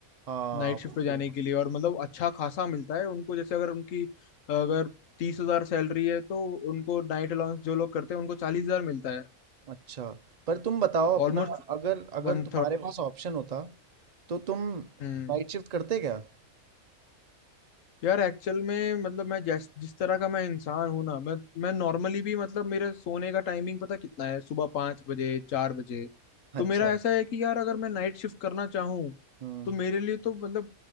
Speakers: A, on the right; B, on the left.
A: हाँ
B: नाइट
A: बढ़िया,
B: शिफ्ट पे जाने के लिए और मतलब अच्छा खासा मिलता है उनको जैसे अगर उनकी अगर तीस हजार सैलरी है तो उनको नाइट अलाउंस जो लोग करते हैं उनको चालीस हजार मिलता है
A: अच्छा पर तुम बताओ अपना
B: Almost
A: अगर अगर
B: one
A: तुम्हारे पास ऑप्शन होता तो तुम
B: third
A: नाइट शिफ्ट करते क्या
B: यार एक्चुअल में मतलब मैं जैस जिस तरह का मैं इंसान हूं ना मैं मैं नॉर्मली भी मतलब मेरे सोने का टाइमिंग पता कितना है सुबह पाँच बजे चार बजे
A: अच्छा
B: तो मेरा ऐसा है कि यार अगर मैं नाइट शिफ्ट करना चाहूँ
A: हम्म
B: तो मेरे लिए तो मतलब